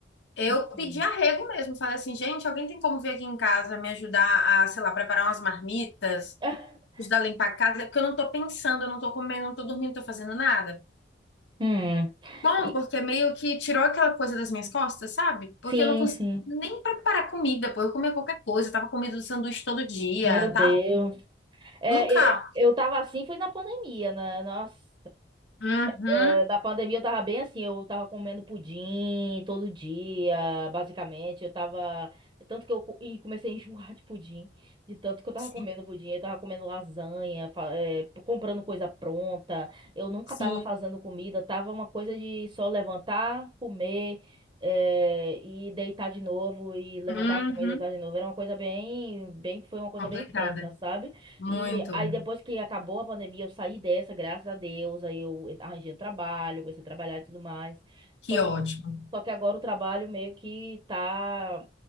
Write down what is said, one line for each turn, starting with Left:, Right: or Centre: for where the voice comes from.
Left: Eu
Right: Hum.
Left: pedi arrego mesmo, falei assim, gente, alguém tem como vir aqui em casa me ajudar a, sei lá, preparar umas marmitas,
Right: É.
Left: ajudar a limpar a casa, porque eu não tô pensando, eu não tô comendo, não tô dormindo, não tô fazendo nada.
Right: Hum.
Left: Bom,
Right: E-
Left: porque meio que tirou aquela coisa das minhas costas, sabe? Porque
Right: Sim,
Left: eu não consegui
Right: sim.
Left: nem preparar comida, pô. Eu comia qualquer coisa, eu tava comendo um sanduíche todo dia,
Right: Meu Deus.
Left: tava
Right: É,
Left: um carro.
Right: eu, eu tava assim, foi na pandemia, né? Nossa.
Left: Uhum,
Right: É, da pandemia eu tava bem assim, eu tava comendo pudim todo dia, basicamente. Eu tava. Tanto que eu co- e comecei a enjoar de pudim, de tanto que eu tava
Left: sim,
Right: comendo pudim. Eu tava comendo lasanha, fa- é, p- comprando coisa pronta. Eu nunca
Left: sim.
Right: tava fazendo comida, tava uma coisa de só levantar, comer, é, e deitar de novo, e levantar,
Left: Uhum.
Right: comer, deitar de novo. Era uma coisa bem, bem, foi uma coisa
Left: Complicada.
Right: bem tensa, sabe?
Left: Muito.
Right: E aí depois que acabou a pandemia, eu saí dessa, graças a Deus, aí eu arranjei um trabalho, comecei a trabalhar e tudo mais.
Left: Que
Right: Só que,
Left: ótimo.
Right: só que agora o trabalho meio que tá...